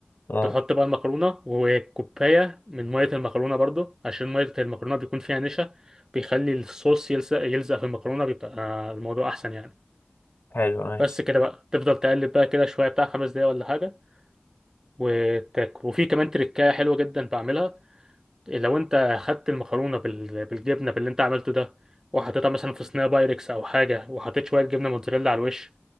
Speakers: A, on the left (about 50°); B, on the right (about 15°).
A: اه
B: تحط بقى المكرونة وكوباية من مية المكرونة برضو عشان مية المكرونة بيكون فيها نشا بيخلي الصوص يلزق يلزق في المكرونة بيبقى الموضوع أحسن يعني
A: حلو ماشي
B: بس كده بقى تفضل تقلب بقى كده شوية بتاع خمس دقايق ولا حاجة وتاكل وفي كمان تركاية حلوة جدا بعملها لو أنت خدت المكرونة بال- بالجبنة باللي أنت عملته ده وحطيتها مثلا في صينية بايركس أو حاجة وحطيت شوية جبنة موتزاريلا على الوش